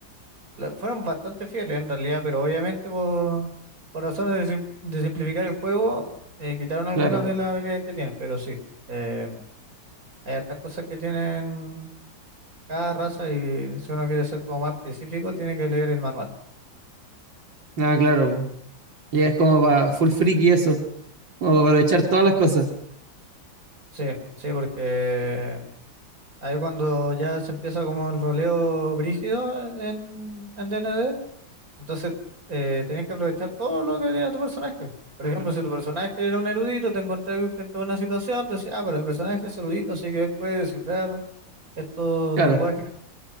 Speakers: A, on the right; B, on the right.
A: la- fueron bastante fieles en realidad, pero obviamente por, por razones de, sim- de simplificar el juego, eh, quitaron algunas
B: claro.
A: de las habilidades que tienen, pero sí, eh, hay hartas cosas que tienen cada raza y si uno quiere ser como más específico, tiene que leer el manual.
B: Ah, claro. Ya es como para full freak y eso. Como para aprovechar todas las cosas.
A: Sí, sí, porque ahí cuando ya se empieza como el roleo brígido en, en DND, Entonces, eh, tenés que aprovechar todo lo que tiene tu personaje. Por
B: Claro.
A: ejemplo, si tu personaje era un erudito, te encontrás frente a una situación, te decís, ah, pero el personaje es erudito, así que él puede descifrar estos
B: Claro.
A: lenguajes.